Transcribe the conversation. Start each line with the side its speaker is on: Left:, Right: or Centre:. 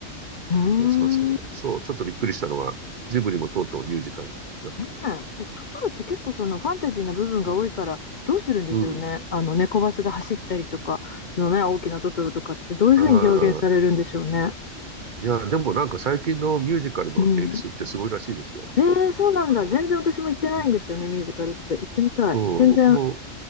Left: うー
Right: 感じがしますけど、
Left: ん。
Right: そう、ちょっとびっくりしたのは、ジブリもとうとうミュージカルになったっていう。
Left: ねえ。で、トトロって結構そのファンタジーな部分が多いから、
Right: うん。
Left: どうするんでしょうね。
Right: うん。
Left: あの、猫バスが走ったりとか、そのね、大きなトトロとかってどういうふうに表現されるんでしょうね。
Right: ああ、いや、でもなんか最近のミュージカルの演出ってすごいらしいですよ。
Left: うん。えー、そうなんだ。
Right: あの、
Left: 全然私も行ってないんですよね、
Right: うん。
Left: ミュージカルって。行ってみたい。
Right: そう、
Left: 全然
Right: 僕も